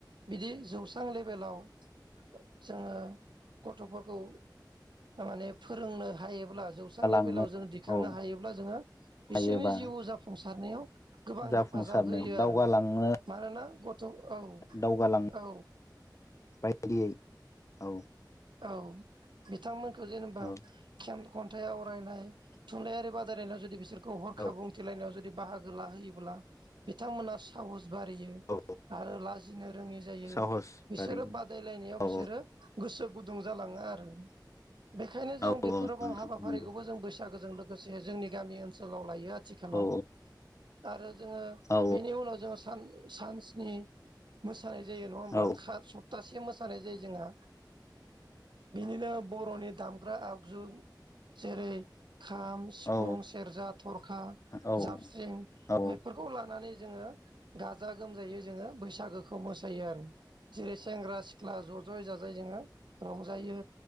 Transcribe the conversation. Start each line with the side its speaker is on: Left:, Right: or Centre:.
Right: बिदि जौस्रां लेबेलाव जोङो! गथ'फोरखौ माने फोरोंनो हायोब्ला जौस्रां लेभेलाव
Left: औ
Right: जोङो दिखांनो
Left: औ
Right: हायोब्ला जोङो बिसोरनि
Left: हायोबा
Right: जिउ जाफुंसारनायाव गोबां
Left: जाफुंसारनायाव
Right: हेफाजाब होयो
Left: दावगालांनो
Right: आरो मानोना गथ' औ
Left: दावगालां
Right: औ
Left: बायदियै औ
Right: औ बिथांमोनखौ जेनेबा
Left: औ
Right: खेम खन्थाइ आवरायनाय थुनलाइयारि बादायलायनायाव जुदि बिसोरखौ हरखा
Left: औ
Right: बुंथिलायनायाव जुदि बाहागो ला होयोब्ला बिथांमोना साहस बारियो
Left: औ
Right: आरो लाजिनो रोङि जायो
Left: साहस
Right: बिसोरो
Left: आरि
Right: बादायलायनायाव
Left: औ
Right: बिसोरो गोसो गुदुं जालाङो आरो बेखायनो
Left: औ
Right: जों
Left: औ
Right: बेफोर
Left: औ नोंथां
Right: गुन हाबाफारिखौबो
Left: नंगौ
Right: जों बैसागोजों लोगोसे जोंनि गामि ओनसोलाव लायो आथिखालाव
Left: औ
Right: आरो जोङो
Left: औ
Right: बेनि उनाव जोङो सान्सनि मो मोसानाय जायो नङा होमबा
Left: औ
Right: खासथ सप्तासे मोसानाय जायो जोंहा बिनिनो बर'नि दामग्रा आगजु जेरै खाम, सिफुं,
Left: औ
Right: सेरजा, थरखा
Left: औ
Right: जाबस्रिं
Left: औ
Right: बेफोरखौ लानानै जोङो गाजा गोमजायै जोङो बैसागोखौ बे खौ मोसायो आरो जेरै सेंग्रा सिख्ला ज' ज'य जाजाय जोङो रंजायो